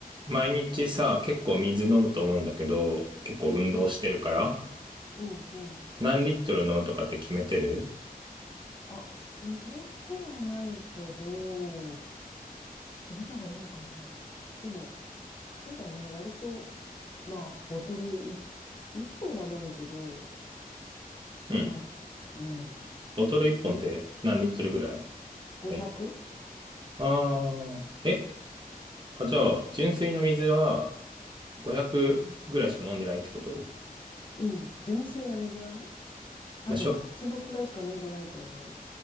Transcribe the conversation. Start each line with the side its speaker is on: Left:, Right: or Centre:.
Right: 毎日さ、結構水飲むと思うんだけど、結構運動してるから、
Left: うん、うん、うん。
Right: 何リットル飲むとかって決めてる
Left: あ、決めてはないけど、決めた方がいいのかな。でも、そうだね。割と、まあ、ボトルい一本は飲むけど、
Right: うん。
Left: まあ、うん、
Right: ボトル1本って何リットルぐらい
Left: み、500?
Right: だいあー、えあ、じゃあ、純粋な水は500ぐらいしか飲んでないってこと
Left: うん、うん、純粋な水はね、多分、
Right: まあ、しょ、
Left: そのくらいしか飲んでないと思